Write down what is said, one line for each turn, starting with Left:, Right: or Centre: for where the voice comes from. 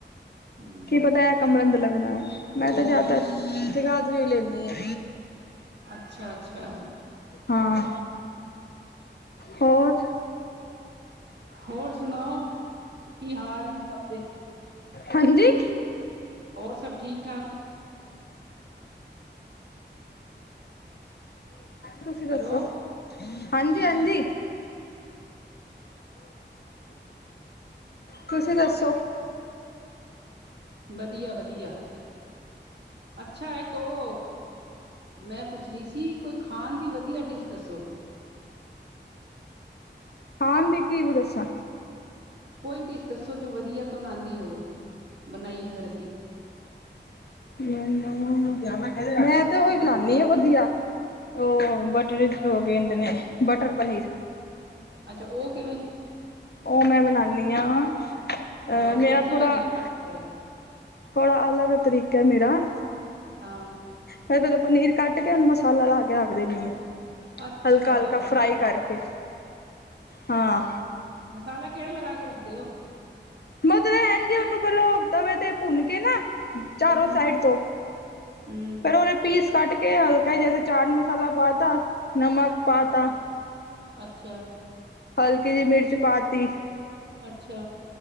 Right: ਹੂੰ
Left: ਕੀ ਪਤਾ ਹੈ ਕਮਰੰ ਲੱਗਣਾ ਹੈ। ਮੈਂ ਤਾਂ ਜ਼ਿਆਦਾ ਤਰ ਜਗਾਧਰੀ ਲੈਂਦੀ ਆ
Right: ਅਛਾ- ਅਛਾ-
Left: ਹਾਂ, ਹੋਰ-
Right: ਹੋਰ ਸੁਣਾਓ, ਕੀ ਹਾਲ ਇਨ ਸਭ ਦੇ-
Left: ਹਾਂਜੀ-
Right: ਹੋਰ ਸਭ ਠੀਕ- ਠਾਕ ਨੇ-
Left: ਤੁਸੀਂ ਦੱਸੋ
Right: ਹੈਲੋ
Left: ਹਾਂਜੀ- ਹਾਂਜੀ- ਤੁਸੀਂ ਦੱਸੋ-
Right: ਵਧੀਆ- ਵਧੀਆ, ਅਛਾ ਇੱਕ ਉਹ, ਮੈਂ ਪੁੱਛ- ਰਿਸ਼ੀ ਕੋਈ ਖਾਣ ਦੀ ਵਧੀਆ ਡਿਸ਼ ਦੱਸੋ
Left: ਖਣ ਦੀ ਕੀ ਦੱਸਾਂ
Right: ਕੋਈ ਡਿਸ਼ ਦੱਸੋ ਜੋ ਵਧੀਆ ਤੋਂ ਨਾ ਆਉਦੀ ਹੋਵੇ ਬਣਾਈ ਫਿਰ ਅਸੀ
Left: ਮੈਂ ਤੇ ਉਹੀ
Right: ਹਨਾ
Left: ਬਣਾਉਦੀ
Right: ਗੈਸਟ
Left: ਆ ਵਧੀਆ- ਉਹ ਬਟਰ ਹੋ ਕੇਦੇ ਨੇ ਬਟਰ ਪਨੀਰ-
Right: ਅਛਾ ਉਹ ਕਿਵੇਂ-
Left: ਉਹ ਮੈਂ ਬਣਾਉਦੀ ਹਾਂ,
Right: ਹਾਂ ਉਹਦੀ
Left: ਮੇਰਾ
Right: ਰੈਸਿਪੀ
Left: ਥੋੜਾ-
Right: ਦੀ ਜਰਾ
Left: ਥੋੜਾ ਅਲੱਗ ਤਰੀਕਾ ਹੈ ਮੇਰਾ-
Right: ਹਾਂ-
Left: ਪਹਿਲੇ ਪਨੀਰ ਕੱਟ ਕੇ ਉਹਨੂੰ ਮਸਾਲਾ ਲਾ ਕੇ ਰੱਖ ਦਿੰਦੀ ਆ
Right: ਅੱਛਾ
Left: ਹਲਕਾ- ਹਲਕਾ
Right: ਮਸਾਲਾ
Left: ਫਰਾਈ ਕਰਕੇ, ਹਾਂ।
Right: ਮਸਾਲਾ ਕਿਵੇ ਲਗਾ ਕੇ ਰੱਖਦੇ ਹੋ।
Left: ਮਤ ਰਹਿਣਗੇ ਉਹਨੂੰ ਪਹਿਲ ਤਵੇ ਤੇ ਭੁੰਨ ਕੇ ਨਾ- ਚਾਰੋਂ
Right: ਹੂੰ
Left: ਸਾਈਡ ਤੋਂ
Right: ਹੂੰ
Left: ਪਹਿਲੇ ਉਹਦੇ ਪੀਸ- ਕਟ ਕੇ ਹਲਕਾ ਹੀ ਜੈਸੇ ਚਾਟ ਮਸਾਲਾ ਪਾਤਾ, ਨਮਕ ਪਾਤਾ।
Right: ਅੱਛਾ।
Left: ਹਲਕੀ ਜਿਹੀ ਮਿਰਚ ਪਾਤੀ-
Right: ਅੱਛਾ।